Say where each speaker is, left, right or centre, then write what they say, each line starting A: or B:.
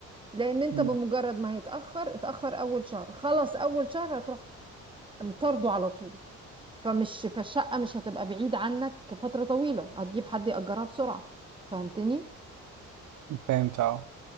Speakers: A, on the right; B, on the right.
A: لان انت
B: مم.
A: بمجرد ما هيتاخر اتاخر اول شهر خلص اول شهر هتروح مطرده على طول فمش فالشقه مش هتبقى بعيد عنك فتره طويله هتجيب حد ياجرها بسرعه فهمتني
B: فهمت اه